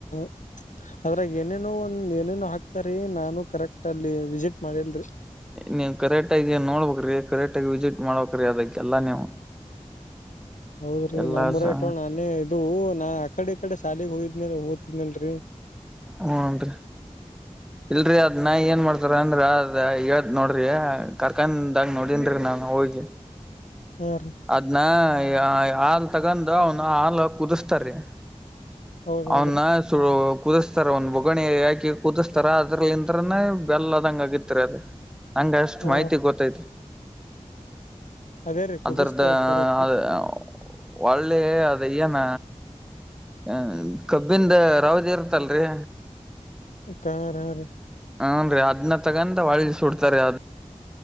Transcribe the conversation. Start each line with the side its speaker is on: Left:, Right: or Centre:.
Left: <inaudible> ಅದ್ರಾಗ ಏನೇನೋ ಒಂದ್ ಏನೇನೋ ಹಾಕ್ತಾರಿ ನಾನು ಕರೆಕ್ಟ್ ಅಲ್ಲಿ ವಿಸಿಟ್ ಮಾಡಿಲ್ರಿ
Centre: ನೀವು ಕರೆಕ್ಟಾಗಿ ನೋಡ್ಬ್ರೀ ಕರೆಕ್ಟ್ಗ ವಿಸಿಟ್ ಮಾಡ್ಬೇಕ್ರೀ ಅದಕ್ಕೆಲ್ಲ ನೀವು
Left: ಹೌದ್ರಿ
Centre: ಎಲ್ಲಾ
Left: ನಮ್ರ
Centre: ಸ
Left: ಇಟ್ಟವ ನಾನೇ ಇದು ನಾ ಅ ಕಡೆ ಈ ಕಡೆ ಶಾಲೆಗೆಗ್ ಹೋದ್ನ ಓದ್ತಿದ್ನಲ್ಲ ರಿ
Centre: ಹ್ಮ ರಿ ಇಲ್ರರಿ ಅದ್ ನಾ ಏನ್ ಮಾಡ್ತಾರ ಅಂದ್ರ ಅದ ನೋಡ್ರಿ ಕಾರ್ಖಾನೆದಾಗ ನೋಡಿನ್ರಿ ನಾ ಹೋಗಿ
Left: ಯಾರಿ
Centre: ಅದ್ನ ಹಾಲ್ ತಗೊಂಡ ಅವನ ಹಾಲ್ ಕುದಿಸತಾರೀ
Left: ಹೌದ್ ಹೌದ್ರಿ
Centre: ಅವನ್ನ ಕುದಿಸ್ತಾರ ಒಂದ ಬೂಗಣಿ ಹಾಕಿ ಕುದಿಸ್ತಾರ ಅದ್ರಂತ ಬೆಲ್ಲ ಅದಂಗ ಆಗಿತ್ತರಿ ಅದು ನಂಗ ಅಷ್ಟ್
Left: ಹಾ
Centre: ಮಾಹಿತಿ
Left: ರೀ
Centre: ಗೊತ್ತೈತ್ರಿ
Left: ಅದೇ ರೀ ಕುದಿಸ್ತಾರ
Centre: ಅದ್ರದ್ದ
Left: ಕರೆಕ್ಟ್
Centre: ಅ ಒಳ್ಳೆ ಅದು ಏನ ಹ ಕಬ್ಬಿಂದ ರಾವದ ಇರ್ತ್ತಲ್ರಿ
Left: ಆ ಕಾರ <unintelligible>
Centre: ಹನ್ ರೀ ಅದ್ ತೊಗೊಂಡು ಸುಡ್ತಾರೆ ಅದ